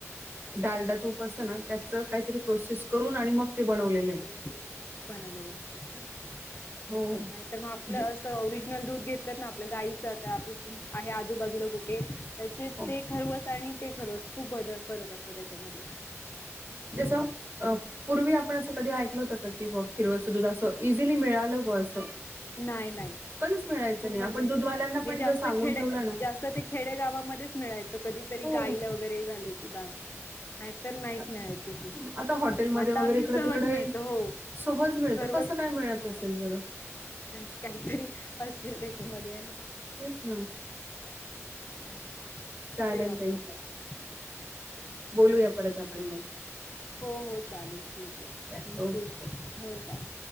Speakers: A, on the right; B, on the left.
A: डालडा तूप असतना त्याचं काहीतरी प्रोसेस करून आणि मग ते बनवलेलं
B: प्रोसेस
A: आहे
B: करून ते बनवलेल असेल का
A: हो
B: नाही तर मग आपलं
A: म्हणजे
B: अस ओरिज नल दूध घेतलंत ना आपल्या गाईचं त आपल्या आहे आजूबाजूला कुठे त्याचे
A: हो
B: ते खरवस आणि ते खरवस खूप बद फरक असत त्याच्यामध्ये. हं,
A: जसं अ पूर्वी आपण असं कधी ऐकल होतं का की बुवा खिरवसच दूध असं इझिली मिळालं बुवा असं.
B: नाही नाही.
A: कधीच मिळायचं
B: खूप
A: नाही
B: म्हणजे
A: आपण दूधवाल्यांना
B: नाही हे
A: पण
B: जास्त
A: जर सांगून
B: खेडे
A: ठेवलं ना
B: जास्त ते खेडे गावामध्येच मिळायचं कधीतरी
A: हो
B: गाईला वगैरे हे झालं की बाळ नाहीतर नाहीच
A: अ,
B: मिळायचं अस.
A: हं, आता हॉटेलमध्ये
B: आता
A: वगैरे
B: अगदी
A: इकडे
B: सहज
A: तिकडे
B: मिळत हो
A: सहज मिळतं
B: खरवच
A: कसं काय मिळत
B: हो-
A: असेल बरं
B: त्यांचं काहीतरी- असेल त्याच्यामध्ये-
A: तेच ना
B: <inaudible>
A: चालेल
B: खुप वापरतात.
A: ताई
B: <inaudible>
A: बोलूया परत आपण मग-
B: हो हो चालेल ठीक आहे
A: चालेल.
B: थँंक
A: ओके
B: यू हो बाय!